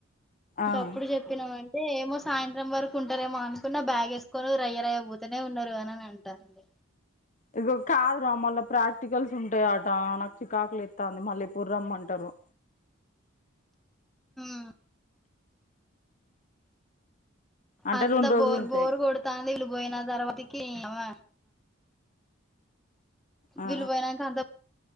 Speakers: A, in the centre; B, on the left (about 35°).
A: ఇంక
B: ఆ
A: అప్పుడు చెప్ చెప్పినవ్ అంటే ఏమో సాయంత్రం వరకు ఉంటారేమో అనుకున్నా. బ్యాగేసుకొని రయ్య రయ్య పోతనే ఉన్నారుగా అనని అంటంది.
B: ఇప్పుడు కాదురా మళ్ళా ప్రాక్టికల్స్ ఉంటాయట నాకు చికాకు లేత్తాంది మళ్ళీ ఎప్పుడు రమ్మంటారో
A: మ్
B: అంటే
A: అంతా
B: రెండు రోజులు
A: బోర్
B: ఉంటాయి
A: బోర్ కొడు తాంది వీళ్ళు పోయిన తర్వాతకి నియవ్వ
B: ఆ
A: వీల్లు పోయినంక అంత